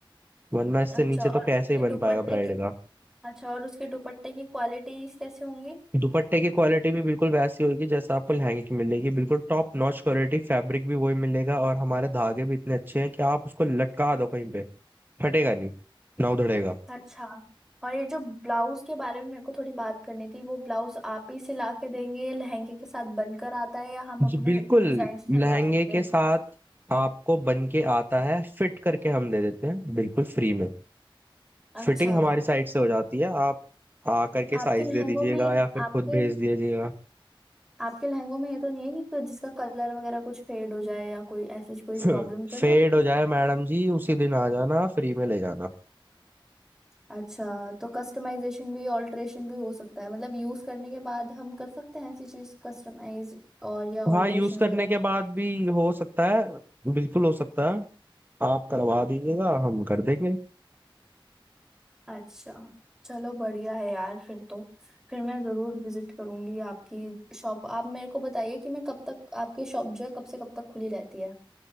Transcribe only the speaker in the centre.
अच्छा
और
उसके
दुपट्टे
की
अच्छा और उसके दुपट्टे की क्वालिटीज कैसे होंगी
अच्छा और ये जो ब्लाउज के बारे में मेरे को थोड़ी बात करनी थी वो ब्लाउज आप ही सिला के देंगे लहंगे के साथ बनकर आता है या हम
अपने
डिजाइन से सिलवा
सकते
हैं
अच्छा
आपके
लहंगों
में
आपके
आपके लहंगों में ये तो नहीं है कि कोई- जिसका कलर वगैरह कुछ फेड हो जाए या कोई ऐसी कोई
प्रॉब्लम तो नहीं
होगी
अच्छा तो कस्टमाइजेशन भी ऑल्टरेशन भी हो सकता है मतलब यूज करने के बाद हम कर सकते हैं ऐसी चीज कस्टमाइज और या ऑल्टरेशन
वगैरह
अच्छा चलो बढ़िया है यार फिर तो फिर मैं जरूर विजिट करूंगी आपकी शॉप आप मेरे को बताइए कि मैं कब तक आपकी शॉप जो है कब से कब तक खुली रहती है